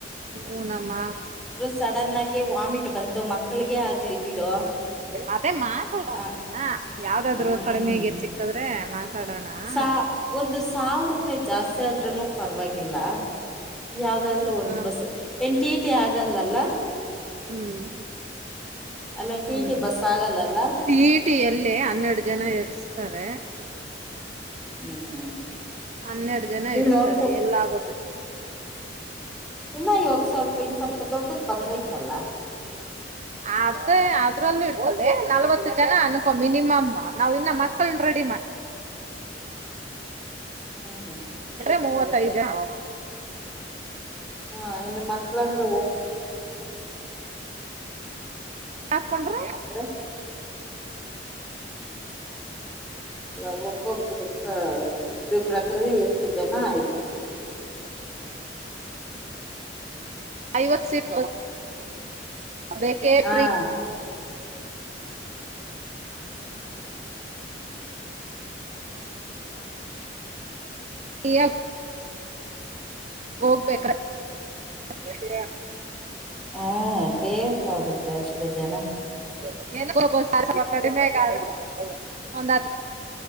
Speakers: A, on the right; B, in the centre.
A: ಹೂ ನಮ್ಮ
B: ಸಡನ್ ಆಗಿ ವಾಮಿಟ್ ಬಂತು ಮಕ್ಕಳಿಗೆ ಆಗ್ಲಿ ಬಿಡು
A: ಅದೇ ಮಾತಾ
B: ಅ
A: ಆಡ ಯಾವ್ದಾದ್ರು
B: ಹ್ಮ್
A: ಕಡಿಮೆಗೆ ಸಿಕ್ಕದ್ರೆ <inaudible>
B: ಸಾ ಒಂದು ಸಾವಿರ ರೂಪಾಯಿ ಜಾಸ್ತಿ ಆದ್ರೂನು ಪರವಾಗಿಲ್ಲ ಯಾವ್ದಾದ್ರು ಒಂದು
A: ಹ
B: ಬಸ್ ಹೆಂತಿ ತೆ ಆಗಲ್ಲಲ್ಲ
A: ಹ್ಮ್
B: ಅಲ್ಲ ಟಿ
A: ಹ್ಮ್
B: ಟಿ ಬಸ್ ಆಗಲ್ಲಲ್ಲ
A: ಟಿ ಟಿ ಯಲ್ಲೆ ಹನ್ನೆರಡು ಜನ ಇಡ್ಸ್ತಾರೆ
B: ಹ್ಮ್
A: ಹನ್ನೆರಡು ಜನ
B: ಅದೇ
A: ಇಡಸ್ತಾರೆ
B: ನೋಡ್ಕೊ
A: ಎಲ್ಲ ಆಗುತ್ತೆ
B: ಇನ್ನ ಇವಾಗ ಸ್ವಲ್ಪ ಇನ್ ಸ್ವಲ್ಪ ದೊಡ್ಡದ ಬಂದೈತಲ್ಲ
A: ಅದೇ ಅದ್ರಲ್ಲೂ ಇರ್ತದೆ ನಲ್ವತ್ತು ಜನ ಅನ್ಕೊ ಮಿನಿಮಮ್ ನಾವ್ ಇನ್ನ ಮಕ್ಕಳನ್ನ ರೆಡಿ ಮಾಡ
B: ಹ್ಮ್
A: <inaudible> ಮೂವತ್ತೈದು <inaudible>
B: ಹಾ ಇನ್ ಮಕ್ಕಳಂದ್ರ <inaudible>
A: ಹಾಕೊಂಡ್ರೆ
B: <inaudible> <inaudible> ನ ಒಬ್ಬ ಇಬರಿಬರಂದ್ರೆ ಎಷ್ಟು ಜನ ಆಯ್ತ
A: ಐವತ್ತು ಸೀಟ್ <inaudible> ಇಪ್
B: ಹಾ
A: ಈಯಬ್ ಹೋಗ್ಬೇಕ್ರ <unintelligible> ಬರ್ತೀನ
B: ಹ್ ಹ್ಹ್ಹ್ ಬೇಕಾಗುತ್ತೆ ಅಷ್ಟೇ ಜನ
A: <unintelligible>